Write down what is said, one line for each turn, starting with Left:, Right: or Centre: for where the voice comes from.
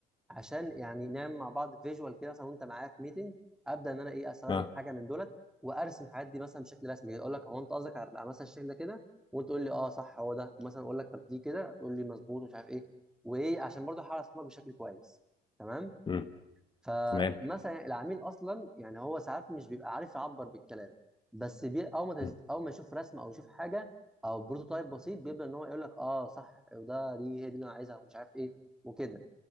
Centre: عشان يعني نعمل مع بعض فيجوال كده مثلا وانت معايا في ميتنج ابدا ان انا ايه استخدم
Left: اه
Centre: حاجه من دولت وارسم الحاجات دي مثلا بشكل رسمي اقول لك هو انت قصدك على على مثلا الشكل ده كده وانت تقول لي اه صح هو ده مثلا اقول لك طب دي كده تقول لي مظبوط ومش عارف ايه وايه عشان برضه احاول افهمك بشكل كويس تمام
Left: مم.
Centre: فمثلا
Left: تمام
Centre: العميل اصلا يعني هو ساعات مش بيبقى عارف يعبر بالكلام بس بي او ما تز...
Left: مم.
Centre: او ما يشوف رسمه او يشوف حاجه او بروتوتايب بسيط بيبدا ان هو يقول لك اه صح وده دي هي دي اللي انا عايزها ومش عارف ايه وكده